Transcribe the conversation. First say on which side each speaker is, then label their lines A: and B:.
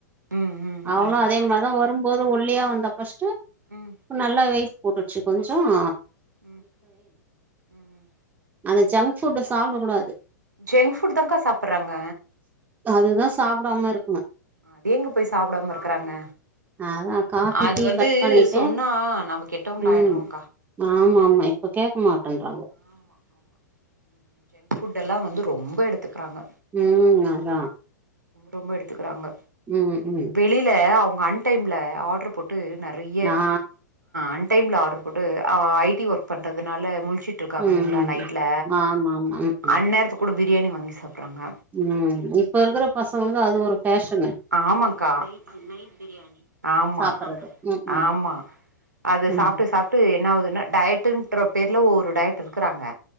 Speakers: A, on the right (about 80°); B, on the right (about 15°).
A: ம் ம்
B: அவளும்
A: ம்
B: அதே மாரிதான் வரும்போது ஒல்லியா வந்தா ஃபர்ஸ்ட்டு
A: ம்
B: நல்லா வெயிட்டு போட்ருச்சு கொஞ்சோம்
A: ம் ம்
B: அந்த ஜங்க் ஃபுட்டு சாப்ட கூடாது
A: ஜங்க் புட் தான்க்கா சாப்புடுறாங்க
B: அதுதான் சாப்பிடாம இருக்கணும்
A: அது எங்க போய் சாப்பிடாம இருக்கறாங்க
B: அதா காஃபி
A: அது
B: டீ
A: வந்து
B: கட் பண்ணிட்டு
A: சொன்னா நம்ம கெட்டவங்க
B: ம்
A: ஆயிடுறோம்
B: ஆமா ஆமா இப்ப கேட்க மாட்டேன்றாங்க
A: ஆமா ஆமா ம் ஜங்க் ஃபுட்டெல்லாம் வந்து ரொம்ப எடுத்துகிறாங்க
B: ம் அதான்
A: ரொம்ப எடுத்துக்கிறாங்க
B: ம் ம்
A: வெளியில அவங்க அன் டைம்ல ஆர்டர் போட்டு நறைய
B: ஆ
A: அன் டைம்ல ஆர்டர் போட்டு ஐடி ஒர்க் பண்றதுனால முழிச்சுட்டு இருக்காங்க
B: ம்
A: இல்லைங்களா
B: ம்
A: நைட்ல
B: ஆமா ஆமா ம் ம்
A: அந்நேரத்து கூட பிரியாணி வாங்கி சாப்பறாங்க
B: ம் இப்ப இருக்கிற பசங்களுக்கு அது ஒரு ஃபேஷனு
A: ஆமாக்கா நைட் பிரியாணி ஆமா
B: சாப்பறது ம் ம்
A: ஆமா அது
B: ம்
A: சாப்பிட்டு சாப்பிட்டு என்ன ஆகுதுன்னா டயர்டுன்ற பேர்ல ஒரு டயட் இருக்கறாங்க